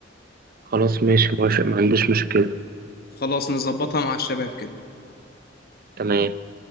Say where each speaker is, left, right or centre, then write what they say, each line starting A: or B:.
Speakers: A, on the right; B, on the left.
A: خلاص ماشي موافق ما عنديش مشكله
B: خلاص نظبطها مع الشباب كده
A: تمام